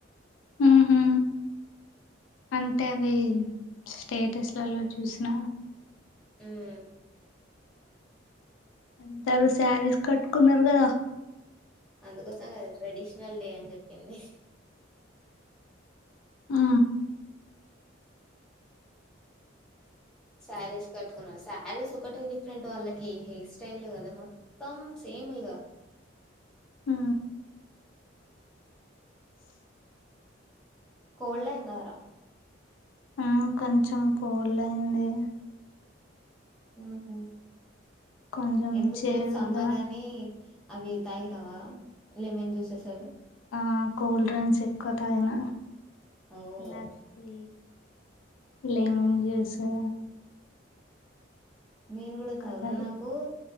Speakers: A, on the left; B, in the centre.
A: ఉహు అంటే అవి స్టేటస్లలో చూసిన
B: హుమ్
A: అందరూ శారీస్ కట్టుకున్నరు కదా
B: అందుకోసంకదా ట్రెడిషనల్ డే అని చెప్పింది
A: ఆ
B: శారీస్ కట్టుకున్నారు శారీస్ ఒకట డిఫరెంట్ వాళ్ళకి హెయిర్ స్టైల్ కదా మొత్తం సే ఇవేగ
A: ఆ
B: కోల్డ్ అయిందర
A: అ కొంచెం కోల్డ్ అయింది
B: హుహు
A: కొంచెం
B: ఎందుకు
A: చెవి
B: సమ్మర్
A: కూడా
B: అని అవి తాగితావా లెమన్ జ్యూసెస్ అవి
A: ఆ కుల్డ్రింగ్క్స్ ఎక్కువ తాగిన
B: ఓహ్!
A: లస్సీ లేమన్ జూసూ
B: నేను కూడా తాగను
A: తాగి
B: నాకు